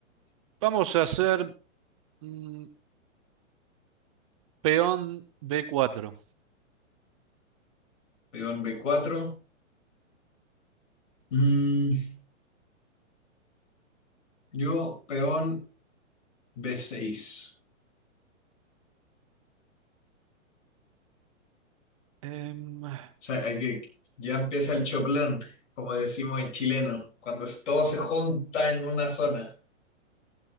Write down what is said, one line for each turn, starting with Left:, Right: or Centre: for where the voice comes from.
Right: Vamos a hacer mm, peón B4.
Left: Peón B4. Mm, yo, peón B6.
Right: Em, a
Left: O sea, hay que, ya empieza el choclón, como decimos en chileno, cuando es- todo se junta en una zona.